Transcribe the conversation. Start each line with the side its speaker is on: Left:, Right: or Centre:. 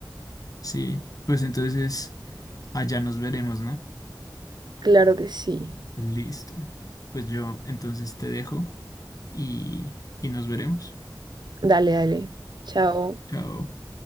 Left: Sí, pues entonces allá nos veremos, ¿no?
Right: claro que sí.
Left: Listo. Pues yo entonces te dejo y, y nos veremos.
Right: Dale, dale. Chao.
Left: Chao.